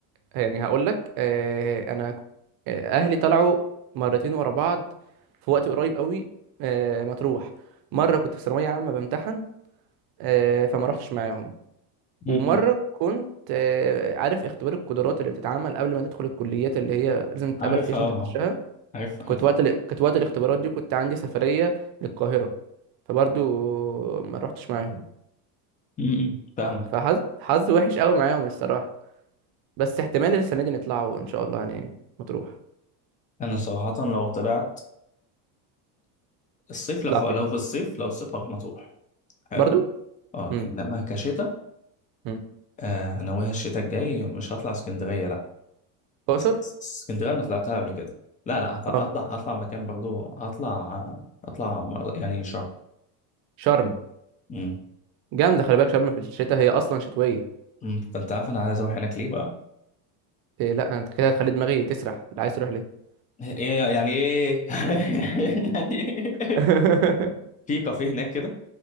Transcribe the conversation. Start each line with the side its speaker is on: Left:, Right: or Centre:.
Right: يعني هقول لك آه انا ك- آه، اهلي طلعوا مرتين ورا بعض في وقت قريب قوي آه مطروح مره كنت في ثانويه عامه بمتحن آه فما رحتش معاهم
Left: امم
Right: ومرة كنت آه، عارف اختبار القدرات اللي بتتعمل قبل ما تدخل الكليات اللي هي لازم تتقبل
Left: عارفها
Right: فيها عشان
Left: اه
Right: تخشها
Left: عارفها
Right: كنت
Left: عارفها
Right: وقت ال... كنت وقت الاختبارات دي كنت عندي سفرية للقاهرة فبرضو ما روحتش معاهم
Left: امم فاهمك
Right: ف- فحظ حظ وحش قوي معاهم الصراحة بس احتمال السنة دي نطلعوا ان شاء الله يعني مطروح
Left: انا صراحه لو طلعت الصيف لو
Right: نطلع
Left: في
Right: فين
Left: لو في الصيف لو الصيف هروح مطروح حلو
Right: برضو
Left: اه
Right: امم
Left: انما كشتاء
Right: امم
Left: آه ناويها الشتاء الجاي مش هطلع اسكندريه لا
Right: اقصر
Left: اس- اس- اسكندريه انا طلعتها قبل كده لا لا هطلع
Right: اه
Left: هطلع هطلع مكان برضو هطلع هطلع مر- يعني شرم
Right: شرم
Left: امم
Right: جامدة خلي بالك شرم في الشتاء هي اصلا شتوية
Left: أمم، فانت عارف انا عايز اروح هناك ليه بقى
Right: إيه لا انت كده هتخلي دماغي تسرح اللي عايز تروح ليه
Left: ايه يعني ايه <laughs> يعني ايه
Right: <laughs>
Left: في كافيه هناك كده